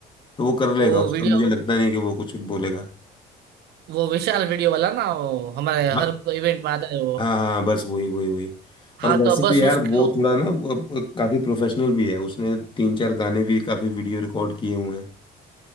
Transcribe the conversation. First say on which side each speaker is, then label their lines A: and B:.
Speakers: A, on the left; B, on the right.
A: तो वो कर लेगा
B: वो
A: उसका
B: वीडियो
A: मुझे लगता नहीं कि वो कुछ बोलेगा
B: वो विशाल वीडियो वाला ना वो हमारे
A: हाँ
B: हर इवेंट में आता है वो
A: हाँ हाँ बस वही वही वही
B: हाँ
A: और वैसे
B: तो बस
A: भी यार
B: उसको
A: वो थोड़ा ना वो, वो काफी प्रोफेशनल भी है उसने तीन चार गाने भी काफी वीडियो रिकॉर्ड किए हुए हैं